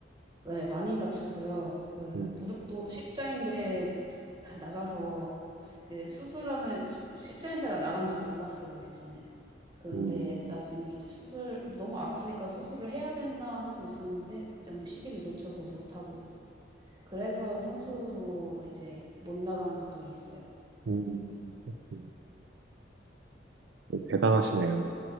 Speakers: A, on the right; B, on the right.
A: 네, 많이 다쳤어요. 그
B: 음,
A: 무릎도 십자인대 <laughs> 나가서 이제 수술하는 시- 십자인대가 나간지 몰랐어요, 예전에. 그런데
B: 음.
A: 나중에 이제 수술 너무 아프니까 수술을 해야 된다 하고 있었는데 너무 시기를 놓쳐서 못 하고 있고 그래서 선수로 이제 못 나간 것도 있어요.
B: 음, 그렇군요. 대단하시네요.